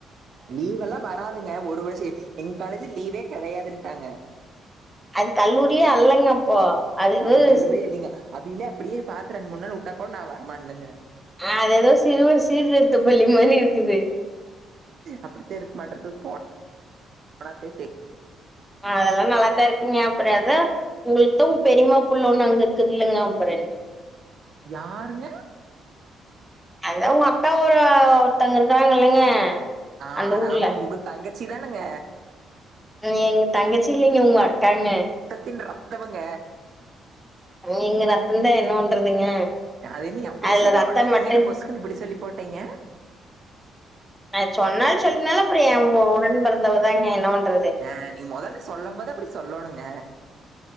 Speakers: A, on the right; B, in the centre.
A: லீவெல்லா வராதுங்க ஒரு வர்ஷ எங் காலேஜு லீவே கெடையாதுன்டாங்க
B: அது கல்லூரியே அல்லங்க அப்போ அது
A: ஆமா
B: ஏதோ
A: கல்லூரியே இல்லைங்க அவிகளே அப்டியே பாத்து ரெண்டு மூணு நாள் வுட்டா கூட நா வரமாட்னுங்க
B: ஆ அது எதோ சிறுவர் சீர்திருத்த பள்ளி மாரி இருக்குது
A: அப்டிதே இருக்க மாட்ருக்குது போனா போனாதே தெரியு
B: அ அதெல்லா நல்லாத்தா இருக்கீங்க அப்ற‌ எதோ உங்களுக்கு தா உங்க பெரிமா புள்ள ஒன்னு அங்க இருக்குதுல்லங்க அப்பற என்னங்க
A: யாருங்க
B: அதா உங்க அக்கா ஒரு ஒருத்தங்க இருக்குறாங்க இல்லங்க
A: ஆட
B: அந்த ஊர்ல
A: ஆமா உங்க தங்கச்சி தானங்க
B: எங்க தங்கச்சி இல்லைங்க உங்க அக்காங்க
A: என் ரத்தவங்க
B: நீங்க ரத்தந்தா என்ன பண்றதுங்க
A: அத நீ அப்டி
B: அதுல
A: சொல்லோன்னு
B: ரத்தம்
A: நீங்க
B: பட்டு
A: என்ன பொசுக்குன்னு இப்டி சொல்லி போட்டீங்க
B: அது சொன்னாலு சொல்லினாலு அப்ற எ உடன் பிறந்தவதாங்க என்ன பண்றது
A: ஆ நீங்க மொதல்லே சொல்லும் போது அப்டி சொல்லணுங்க